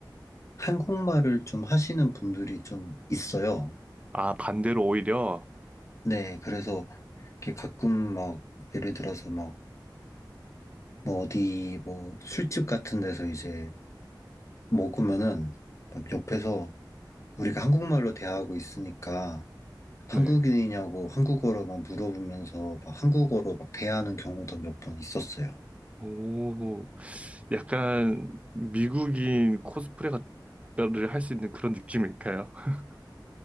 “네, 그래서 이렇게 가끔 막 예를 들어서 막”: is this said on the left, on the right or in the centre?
Left